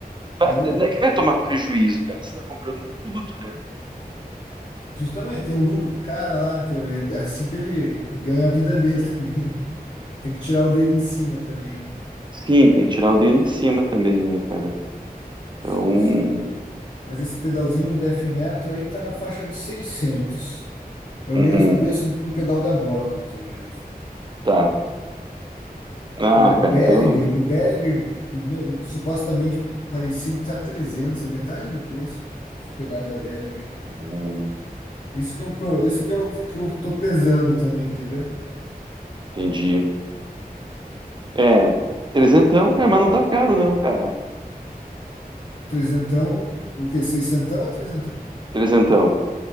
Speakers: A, on the right; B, on the left.
A: vai-
B: É o,
A: não é que vai tomar prejuízo, cara. Você tá comprando um produto, né?
B: justamente, tem o lucro do cara lá, né? É assim que ele ganha a vida dele <laughs> também, né? Tem que tirar o dele em cima também, né?
A: Sim, tem que tirar o dedo em cima também, né, cara?
B: Sim,
A: Então,
B: sim. Mas esse pedalzinho Death Metal aí tá na faixa de 600. É o
A: uhum,
B: mesmo preço de um pedal da Boss, mais ou menos.
A: tá. Ah,
B: O Behringer,
A: cara, então,
B: o Behringer do me- supostamente parecido tá 300 é metade do preço. Esse pedaço da Behringer.
A: hum,
B: Isso que é o pro- isso que é o que eu tô pesando também, entendeu?
A: entendi. É, trezentão, cara, mas não tá caro não, cara.
B: Trezentão, o que Seiscentão ou trezentão?
A: Trezentão,